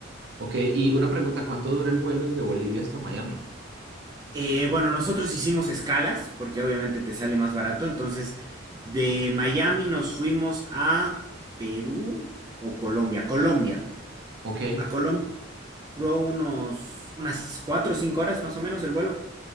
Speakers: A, on the right; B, on the right.
A: ok. Y una pregunta, ¿cuánto dura el vuelo desde Bolivia hasta Miami?
B: Eh, bueno, nosotros hicimos escalas, porque obviamente te sale más barato, entonces de Miami nos fuimos a Perú o Colombia, Colombia.
A: Ok,
B: A Colombia duró unos, unas cuatro o cinco horas más o menos el vuelo.